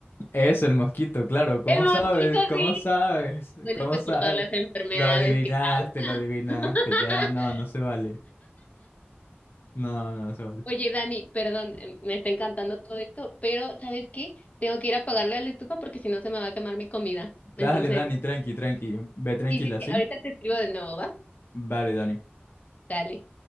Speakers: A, on the left; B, on the left.
A: es el mosquito, claro. ¿Cómo
B: El mosquito,
A: sabes? ¿Cómo
B: sí.
A: sabes?
B: Bueno,
A: ¿Cómo
B: pues
A: sabes?
B: por todas las enfermedades
A: Lo adivinaste,
B: que causa.
A: lo adivinaste.
B: <laughs>
A: Ya, no, no se vale. No, no, no se vale.
B: Oye, Dani, perdón, eh, me está encantando todo esto, pero ¿sabes qué? Tengo que ir a apagarle a la estufa porque si no se me va a quemar mi comida. Entonces,
A: Dale, Dani, tranqui, tranqui. Ve tranquila,
B: sí, sí, sí,
A: ¿sí?
B: ahorita te escribo de nuevo, ¿va?
A: Vale, Dani.
B: Dale.